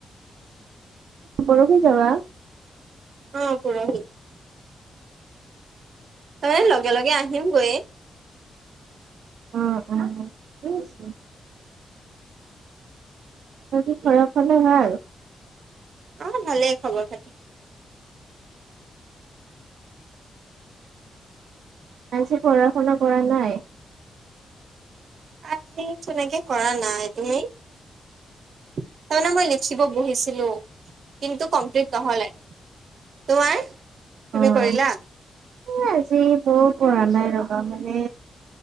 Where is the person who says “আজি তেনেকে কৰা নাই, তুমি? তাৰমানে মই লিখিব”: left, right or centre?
Right